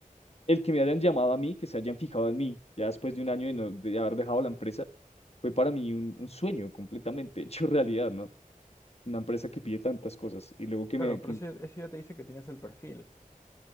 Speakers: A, on the left; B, on the left.
A: el que me hayan llamado a mí, que se hayan fijado en mí, ya después de un año de, no, de haber dejado la empresa, fue para mí un, un sueño completamente <laughs> hecho realidad, ¿no? Una empresa que pide tantas cosas y luego que
B: Claro,
A: me... Que,
B: pero eso, ya eso ya te dice que tienes el perfil.